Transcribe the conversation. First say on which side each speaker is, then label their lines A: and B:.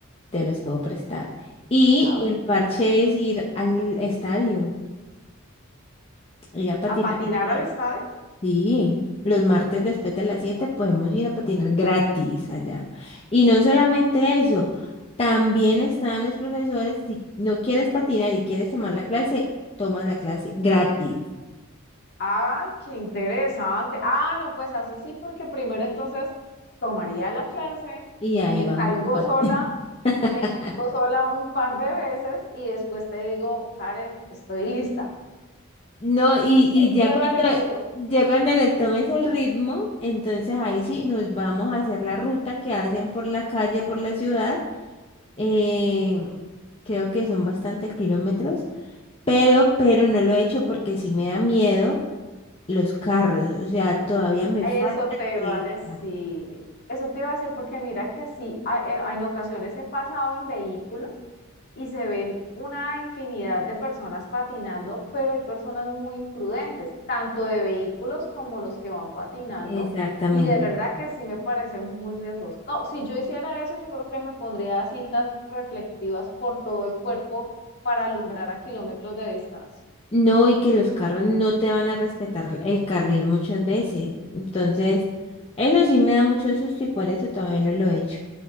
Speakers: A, on the left; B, on the left.
A: te los puedo prestar. Y
B: A
A: el
B: ver,
A: parche es ir al estadio, ir a patinar
B: ¿a patinar
A: allá.
B: al estadio?
A: Sí, los martes después de las 7 podemos ir a patinar gratis allá. Y no solamente eso, también están los profesores, si no quieres patinar y quieres tomar la clase, tomas la clase gratis.
B: Ay, qué interesante. Ah, no, pues así sí, porque primero entonces tomaría la clase,
A: Y ahí
B: me
A: vamos
B: caigo
A: a patinar.
B: sola,
A: <laughs>
B: me caigo sola un par de veces y después te digo, Karen, estoy lista.
A: No, y, y
B: Sin
A: ya
B: miedo
A: cuando,
B: al éxito.
A: ya cuando le tomes el ritmo, entonces ahí sí nos vamos a hacer la ruta que hacen por la calle, por la ciudad. eh, creo que son bastantes kilómetros, pero, pero no lo he hecho porque sí me da miedo los carros. O sea, todavía me
B: Eso
A: falta
B: te
A: frenar.
B: iba a decir. Eso te iba a decir porque mira que sí, a- en, en ocasiones he pasado en vehículo y se ven una infinidad de personas patinando, pero hay personas muy imprudentes, tanto de vehículos como los que van patinando,
A: Exactamente.
B: y de verdad que sí me parece muy riesgoso. No, si yo hiciera eso, yo creo que me pondría cintas reflectivas por todo el cuerpo para alumbrar a kilómetros de distancia.
A: No, y que los carros no te van a respetar el carril muchas veces. Entonces, eso sí me da mucho susto y por eso todavía no lo he hecho.